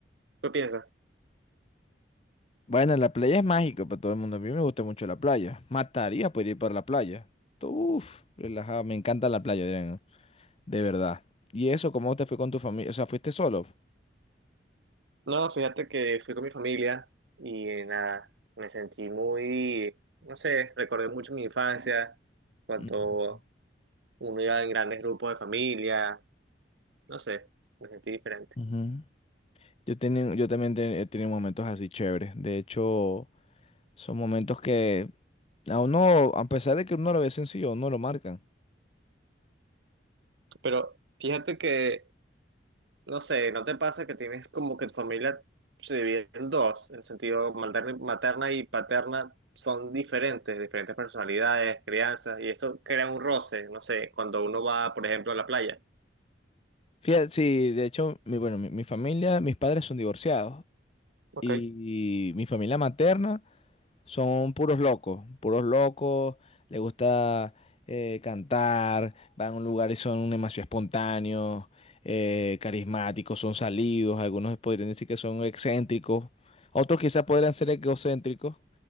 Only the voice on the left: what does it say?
Bueno, la playa es mágica para todo el mundo. A mí me gusta mucho la playa. Mataría por ir para la playa. Uf, relajado. Me encanta la playa, Adrián. De verdad. ¿Y eso cómo te fue con tu familia? O sea, ¿fuiste solo?
Ujú.
Ujú. Yo, tenía- yo también te- he tenido momentos así chéveres. De hecho, son momentos que a uno, a pesar de que uno lo ve sencillo, uno lo marcan.
Fíjate, sí, de hecho, mi, bueno, mi, mi familia, mis padres son divorciados.
Y, y mi familia materna Son puros locos, puros locos, les gusta eh, cantar, van a un lugar y son demasiado espontáneos, eh, carismáticos, son salidos, algunos podrían decir que son excéntricos, otros quizás podrían ser egocéntricos,